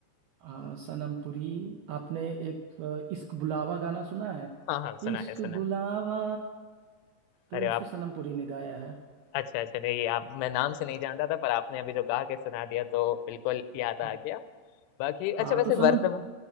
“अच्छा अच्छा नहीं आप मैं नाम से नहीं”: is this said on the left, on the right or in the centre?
Left